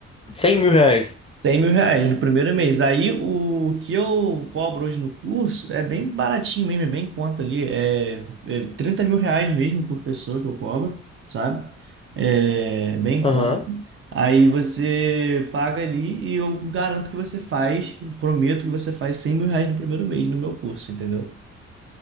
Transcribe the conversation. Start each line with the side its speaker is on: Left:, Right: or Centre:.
Left: Cem mil reais?
Right: cem mil reais no primeiro mês. Aí o que eu cobro hoje no curso é bem baratinho mesmo, é bem em conta ali. É, é 30 mil reais mesmo por pessoa que eu cobro, sabe? É bem
Left: Aham.
Right: em conta. Aí você paga ali e eu garanto que você faz, prometo que você faz cem mil reais no primeiro mês no meu curso, entendeu?